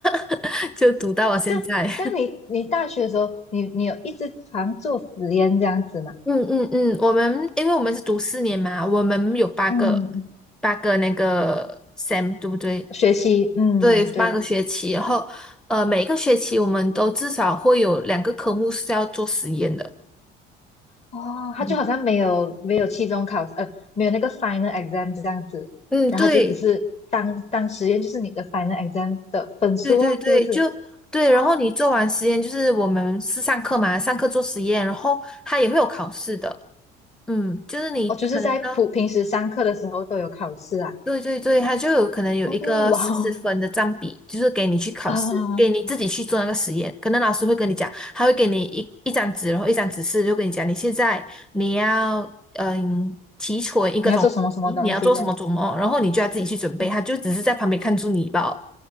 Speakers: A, in the centre; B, on the left (about 35°).
A: <laughs> 就读到了现在。
B: 这这样你你大学的时候，你你有一直常做实验这样子吗？
A: 嗯嗯嗯，我们因为我们是读四年嘛，我们有八个
B: 嗯，
A: 八个那个 sem，对不对？
B: 学习，嗯，
A: 对，
B: 对，
A: 八个学期，然后呃，每一个学期我们都至少会有两个科目是要做实验的。
B: 哦，他就好像没有没有期中考试，
A: 嗯
B: 呃，没有那个 final exam 这样子，
A: 嗯，
B: 然后他就只是当当实验，
A: 对，
B: 就是你的 final exam 的分数哦，
A: 对对对，
B: 是不是？
A: 就对。
B: 哦，
A: 然后你做完实验，就是我们是上课嘛，上课做实验，然后它也会有考试的。嗯，就是你可能到
B: 哦，就是在普平时上课的时候都有考试啊。
A: 对对对，他就有可能有一个四十分的占比，
B: 哦，哇哦
A: 就是给你去考试，
B: 啊，
A: 给你自己去做那个实验。可能老师会跟你讲，他会给你一一张纸，然后一张指示，就跟你讲，你现在你要嗯提纯一个种，
B: 你要做什么什么东西的？
A: 西，你要做什么做什么，然后你就要自己去准备。
B: 嗯
A: 他就只是在旁边看住你吧。